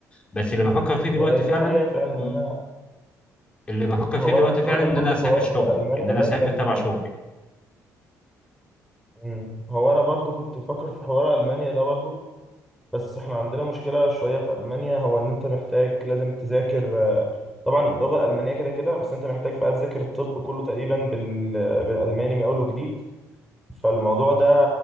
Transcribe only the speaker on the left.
بس اللي بفكر فيه دلوقتي
فعلا
مم.
اللي بفكر
فيه دلوقتي
فعلا
ان
انا اسافر
شغل
ان انا
اسافر
تبع شغلي